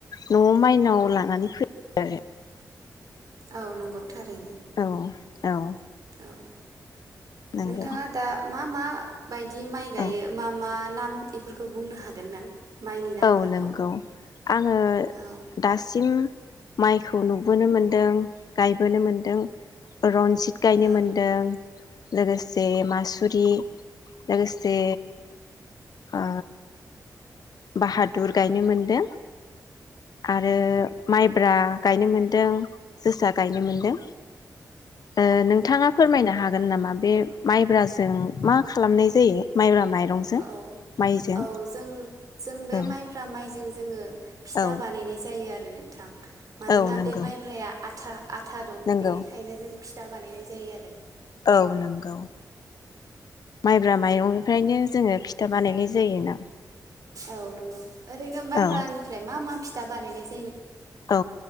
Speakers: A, on the left (about 70°); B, on the right (about 60°).
A: नआव माइनाव लानानै फै <inaudible> <unintelligible>
B: औ नंगौ थारैनो
A: औ औ
B: औ
A: नंगौ
B: नोंथाङा दा मा मा बायदि माइ गायो
A: औ
B: मा मा नाम एफोरखौ बुंनो हागोन ना माइनि नामफोरखौ
A: औ नंगौ आङो
B: औ
A: दासिम माइखौ नुबोनो मोनदों गायबोनो मोनदों रन जित गायनो
B: रनजित मोनदों लोगोसे मासुरि जोसा मोनदों ओ नोंथाङा फोरमायनो हागोन नामा बे माइब्राजों मा खालामनाय जायो?
A: मोन्दों लोगोसे मासुरि लोगोसे ओ बाहादुर गायनो मोनदों आरो माइब्रा गायनो मोन्दों जोसा गायनो मोनदों ओ नोंथाङा फोरमायनो हागोन नामा बे माइब्राजों मा खालामनाय जायो माइब्रा माइरंजों
B: औ
A: माइजों
B: औ जों जों बे
A: औ
B: माइफ्रा माइ जों जोङो फिथा
A: औ
B: बानायनाय जायो आरोनो मानोना
A: औ नंगौ
B: बे माइब्राया आथा आथा दङ
A: नंगौ
B: बेखायनो जों फिथा बानायनाय जायो आरो
A: औ नोंगौ माइब्रा माइरंनिफ्रायनो जोङो फिथा बानायनाय जायोना
B: औ नंगौ ओरैनो माइब्रानिफ्राय
A: औ
B: मा मा फिथा बानायनाय जा
A: औ